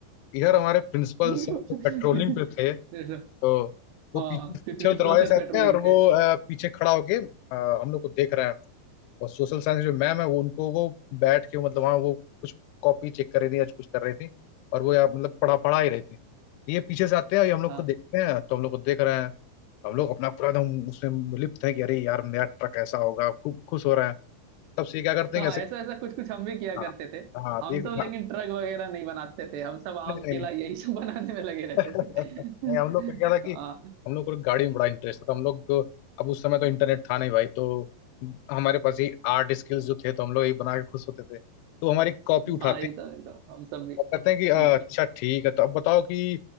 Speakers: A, on the left (about 85°); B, on the right (about 75°).
A: इधर हमारे प्रिंसिपल
B: <laughs>
A: सर तो पेट्रोलिंग पे थे
B: ऐसा,
A: तो वो
B: हाँ
A: पीछे पीछे
B: फिर प्रिंसिपल
A: वाले दरवाजे
B: सर
A: से
B: पेट्रोलिंग
A: आते हैं और
B: पे
A: वो अ, पीछे खड़ा होके अ, हम लोग को देख रहे हैं और सोशल साइंस जो मैम है वो उनको वो बैठ के मतलब वहाँ वो कुछ कॉपी चेक कर रही थी या कुछ कर रही थी और वो यार मतलब पढ़ा पढ़ा ही रही थी ये पीछे से आते हैं और ये हम लोग
B: हाँ
A: को देखते हैं तो हम लोग को देख रहे हैं हम लोग अपना पूरा एकदम उसमें लिप्त हैं कि अरे यार मेरा ट्रक ऐसा होगा खूब खुश हो रहे हैं तब से ये क्या करते
B: तो
A: हैं
B: हाँ
A: कैसे
B: ऐसा ऐसा कुछ कुछ हम भी किया
A: हाँ
B: करते थे
A: हाँ तो
B: हम
A: ये
B: सब लेकिन
A: हाँ,
B: ट्रक वगैरह नहीं बनाते थे हम सब आम
A: नहीं,
B: केला
A: नहीं,
B: यही सब बनाने में लगे रहते
A: <laughs>
B: थे
A: नहीं,
B: <laughs>
A: हम लोग को क्या था कि
B: हाँ
A: हम लोग को गाड़ी में बड़ा इंटरेस्ट था तो हम लोग को- अब उस समय तो इंटरनेट था नहीं भाई तो हमारे पास ये आर्ट स्किल्स जो थे तो हम लोग ये बना के खुश होते थे तो हमारी कॉपी उठाते
B: हाँ एकदम एकदम हम सब भी
A: वो कहते हैं कि "अ,
B: हम्म
A: अच्छा ठीक है तो अब बताओ कि